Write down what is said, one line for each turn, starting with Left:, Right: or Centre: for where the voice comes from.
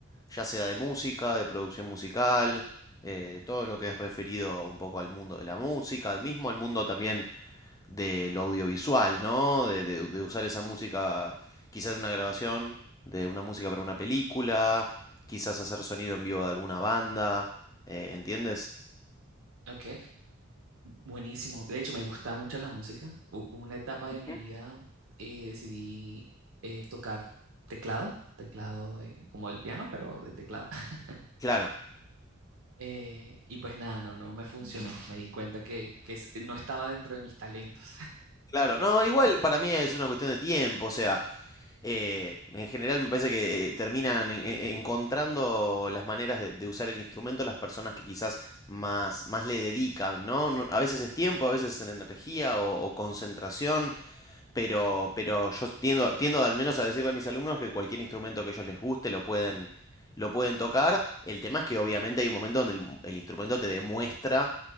Left: ya sea de música, de producción musical, eh, de todo lo que es referido un poco al mundo de la música, mismo al mundo también de lo audiovisual, ¿no? De, de- de usar esa música quizás en una grabación, de una música para una película, quizás hacer sonido en vivo de alguna banda, eh, ¿entiendes?
Right: Ok, buenísimo. De hecho, me gusta mucho la música. U- una etapa
Left: Ujú.
Right: de mi vida eh, decidí eh, tocar teclado, teclado de- como el piano, pero de teclado. <laughs>
Left: Claro.
Right: Eh, y pues nada, no, no me funcionó. Me di cuenta que, que es- no estaba dentro de mis talentos.
Left: Claro, no, igual para mí es una cuestión de tiempo, o sea, eh, en general me parece que eh, terminan en- en- encontrando las maneras de, de usar el instrumento las personas que quizás más, más le dedican, ¿no? No- A veces es tiempo, a veces es energía o, o concentración, pero, pero yo tiendo, tiendo al menos a decirle a mis alumnos que cualquier instrumento que a ellos les guste lo pueden, lo pueden tocar. El tema es que obviamente hay un momento donde el, el instrumento te demuestra